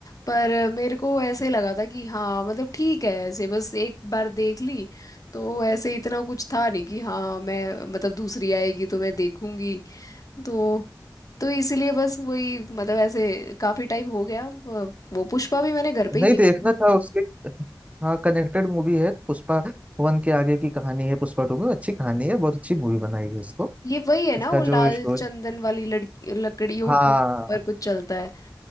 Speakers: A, on the left (about 50°); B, on the right (about 20°).
A: पर मेरे को ऐसे लगा था कि हाँ मतलब ठीक है ऐसे बस एक बार देख ली तो ऐसे इतना कुछ था नहीं कि हाँ मैं मतलब दूसरी आएगी तो मैं देखूंगी तो तो इसीलिए बस वही मतलब ऐसे काफी टाइम हो गया अ, वो पुष्पा भी मैंने घर पे
B: नहीं
A: ही देखी
B: देखना था उसके हाँ कनेक्टेड मूवी है पुष्पा वन के आगे की कहानी है पुष्पा टू में अच्छी कहानी है बहुत अच्छी मूवी बनाई है इसको
A: ये वही है ना
B: इसका
A: वो
B: जो
A: लाल
B: स्टोरी
A: चंदन वाली लड़की लकड़ियों
B: हाँ
A: के ऊपर कुछ चलता है